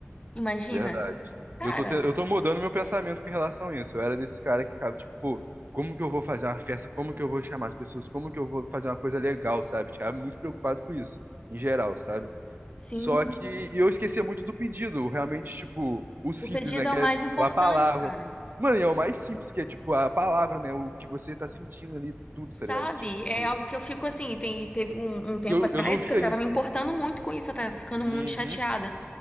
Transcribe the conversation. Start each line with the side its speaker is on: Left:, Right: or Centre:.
Left: Imagina.
Right: Verdade.
Left: Cara,
Right: Eu tô, te- eu tô mudando meu pensamento com relação a isso. Eu era desse cara que ficava, tipo, pô, como que eu vou fazer uma festa? Como que eu vou chamar as pessoas? Como que eu vou fazer uma coisa legal, sabe? Ficava muito preocupado com isso, em geral, sabe?
Left: sim,
Right: Só que e eu esquecia muito do pedido, realmente, tipo, o simples,
Left: o pedido
Right: né?
Left: é
Right: Que
Left: o
Right: é
Left: mais
Right: tipo,
Left: importante,
Right: a palavra.
Left: cara.
Right: Mano, e é o mais simples, que é tipo a palavra, né? O que você tá sentindo ali, tudo,
Left: Sabe?
Right: tá ligado? Tipo,
Left: É algo que eu fico assim, tem, teve um, um tempo
Right: e eu,
Left: atrás
Right: eu não via
Left: que eu tava
Right: isso.
Left: me importando muito com isso, eu tava ficando muito
Right: Uhum,
Left: chateada,